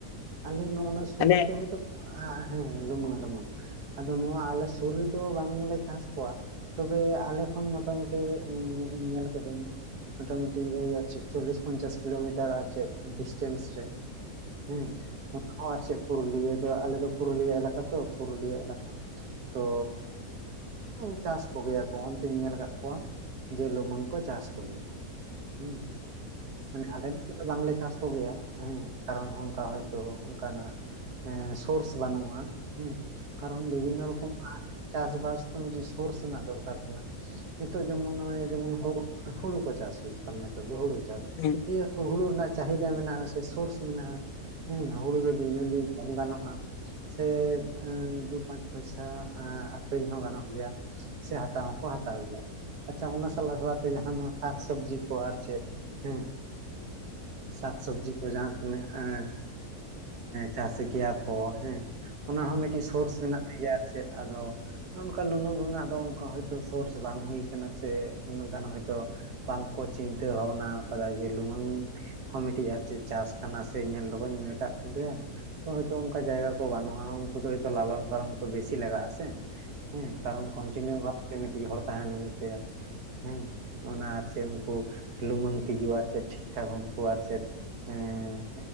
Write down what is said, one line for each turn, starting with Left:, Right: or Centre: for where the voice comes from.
Right: ᱟᱞᱮ ᱱᱚᱜ-ᱚᱱᱟ ᱥᱩᱨ
Left: ᱢᱟᱱᱮ
Right: ᱨᱮᱫᱚ ᱦᱚᱭ ᱛᱚᱵ ᱟ ᱦᱮᱸ ᱞᱩᱢᱟᱹᱝ ᱞᱩᱢᱟᱹᱝ ᱾ ᱟᱫᱚ ᱱᱚᱣᱟ ᱟᱞᱮ ᱥᱩᱨ ᱨᱮᱫᱚ ᱵᱟᱝᱞᱮ ᱪᱟᱥ ᱠᱚᱣᱟ ᱛᱚᱵᱮ ᱟᱞᱮ ᱠᱷᱚᱱ ᱢᱚᱴᱟᱢᱩᱴ ᱛᱮ ᱤᱧ ᱧᱮᱞ ᱟᱠᱟᱫᱟᱹᱧ ᱢᱚᱴᱟᱢᱩᱴᱤ ᱳᱭ ᱟᱨ ᱪᱮᱫ ᱪᱚᱞᱤᱥ ᱯᱚᱧᱪᱟᱥ ᱠᱤᱞᱳᱢᱤᱴᱟᱨ ᱟᱨᱪᱮᱫ ᱰᱤᱥᱴᱮᱱᱥ ᱨᱮ ᱦᱮᱸ ᱾ ᱦᱚᱸ ᱟᱨ ᱪᱮᱫ ᱯᱩᱨᱩᱞᱤᱭᱟᱹ ᱫᱚ ᱟᱞᱮ ᱫᱚ ᱯᱩᱨᱩᱞᱤᱭᱟᱹ ᱮᱞᱟᱠᱟ ᱛᱚ ᱯᱩᱨᱩᱞᱤᱭᱟᱹ ᱮᱞᱟᱠᱟ ᱾ ᱛᱚ ᱦᱮᱸ ᱪᱟᱥ ᱠᱚᱜᱮᱭᱟ ᱠᱚ ᱚᱱᱛᱮᱧ ᱧᱮᱞ ᱟᱠᱟᱫ ᱠᱚᱣᱟ ᱡᱮ ᱞᱩᱢᱟᱹᱝ ᱠᱚ ᱪᱟᱥ ᱠᱚᱜᱮᱭᱟ ᱾ ᱦᱩᱸ ᱾ ᱢᱟᱱᱮ ᱟᱞᱮ ᱱᱚᱛᱮ ᱫᱚ ᱵᱟᱝᱞᱮ ᱪᱟᱥ ᱠᱚᱜᱮᱭᱟ ᱦᱮᱸ ᱠᱟᱨᱚᱱ ᱚᱱᱠᱟ ᱦᱚᱭᱛᱳ ᱚᱱᱠᱟ ᱱᱟᱜ ᱥᱳᱨᱥ ᱵᱟᱹᱱᱩᱜᱼᱟ ᱾ ᱦᱮᱸ ᱠᱟᱨᱚᱱ ᱵᱤᱵᱷᱤᱱᱱᱚ ᱨᱚᱠᱚᱢᱟᱜ ᱪᱟᱥᱵᱟᱥ ᱛᱚ ᱢᱤᱫᱴᱮᱡ ᱥᱳᱨᱥ ᱨᱮᱱᱟᱜ ᱫᱚᱨᱠᱟᱨ ᱠᱟᱱᱟ ᱾ ᱱᱤᱛᱳᱜ ᱡᱮᱢᱚᱱ ᱱᱚᱜᱼᱚᱭ ᱡᱮᱢᱚᱱ ᱦᱩ ᱦᱩᱲᱩ ᱠᱚ ᱪᱟᱥ ᱦᱩᱭᱩᱜ ᱠᱟᱱᱟ ᱱᱤᱛᱳ ᱫᱚ ᱦᱩᱲᱩ ᱪᱟᱥ ᱾
Left: ᱦᱩᱸ ᱾
Right: ᱡᱮᱛᱩ ᱦᱩᱲᱩ ᱨᱮᱱᱟᱜ ᱪᱟᱦᱤᱫᱟ ᱢᱮᱱᱟᱜᱼᱟ ᱥᱮ ᱥᱳᱨᱥ ᱢᱮᱱᱟᱜᱼᱟ ᱦᱮᱸ ᱦᱩᱲᱩ ᱫᱚ ᱫᱤᱱᱟᱹᱢ ᱫᱤᱱ ᱡᱚᱢ ᱜᱟᱱᱚᱜᱼᱟ ᱾ ᱥᱮ ᱮᱸ ᱫᱩ ᱯᱟᱸᱪ ᱯᱚᱭᱥᱟ ᱮᱸ ᱟᱠᱷᱨᱤᱧ ᱦᱚᱸ ᱜᱟᱱᱚᱜ ᱜᱮᱭᱟ ᱾ ᱥᱮ ᱦᱟᱛᱟᱣ ᱦᱚᱸᱠᱚ ᱦᱟᱛᱟᱣ ᱜᱮᱭᱟ ᱟᱪᱷᱟ ᱚᱱᱟ ᱥᱟᱞᱟ ᱥᱟᱞᱟᱜ ᱛᱮ ᱡᱟᱦᱟᱸ ᱱᱚᱣᱟ ᱥᱟᱠ ᱥᱚᱵᱽᱡᱤ ᱠᱚ ᱟᱨ-ᱪᱮᱫ ᱾ ᱦᱮᱸ ᱥᱟᱠ ᱥᱚᱵᱽᱡᱤ ᱛᱚ ᱡᱟᱦᱟᱸ ᱛᱤᱱᱟᱹᱜ ᱮᱸᱻ ᱪᱟᱥ ᱠᱮᱭᱟ ᱠᱚ ᱦᱮᱸ ᱚᱱᱟᱦᱚᱸ ᱢᱤᱫᱴᱤᱡ ᱥᱳᱨᱥ ᱦᱮᱱᱟᱜ ᱛᱮᱜᱮ ᱟᱨ-ᱪᱮᱫ ᱟᱫᱚ ᱚᱝᱠᱟ ᱞᱩᱢᱟᱹᱝ ᱨᱮᱱᱟᱜ ᱫᱚ ᱚᱱᱠᱟ ᱦᱚᱭᱛᱚ ᱥᱳᱨᱥ ᱵᱟᱝ ᱦᱩᱭᱩ ᱠᱟᱱᱟ ᱥᱮ ᱩᱱᱟᱹᱜ ᱜᱟᱱ ᱦᱚᱭᱛᱚ ᱵᱟᱝᱠᱚ ᱪᱤᱱᱛᱟᱹ ᱵᱷᱟᱵᱽᱱᱟ ᱠᱟᱫᱟ ᱡᱮ ᱞᱩᱢᱝ ᱦᱚᱸ ᱢᱤᱫᱴᱤᱡ ᱟᱨ ᱪᱮᱫ ᱪᱟᱥ ᱠᱟᱱᱟ ᱥᱮ ᱧᱮᱞ ᱫᱚᱵᱚᱱ ᱧᱮᱞ ᱟᱠᱟᱫ ᱠᱚᱜᱮᱭᱟ ᱾ ᱛᱚ ᱦᱳᱭᱛᱚ ᱚᱱᱠᱟ ᱡᱟᱭᱜᱟ ᱠᱚ ᱵᱟᱹᱱᱩᱜᱼᱟ ᱩᱱᱠᱩ ᱫᱚ ᱦᱚᱭᱛᱚ ᱞᱟᱞᱚᱱ ᱯᱟᱞᱚᱱ ᱠᱚ ᱵᱮᱥᱤ ᱞᱟᱜᱟᱜᱼᱟᱥᱮ ᱦᱮᱸ ᱾ ᱠᱟᱨᱚᱱ ᱠᱚᱱᱴᱤᱱᱤᱭᱩ ᱵᱷᱟᱵ ᱛᱮ ᱢᱤᱫ ᱢᱤᱫᱴᱤᱡ ᱦᱚᱲ ᱛᱟᱦᱮᱱ ᱦᱩᱭᱩᱜ ᱛᱟᱭᱟ ᱦᱮᱸ ᱚᱱᱟ ᱟᱨ-ᱪᱮᱫ ᱩᱱᱠᱩ ᱞᱩᱢᱟᱹᱝ ᱛᱤᱡᱩ ᱟᱨ-ᱪᱮᱫ ᱴᱷᱤᱠ ᱴᱷᱟᱠ ᱩᱱᱠᱩ ᱟᱨ ᱪᱮᱫ ᱮᱸᱻ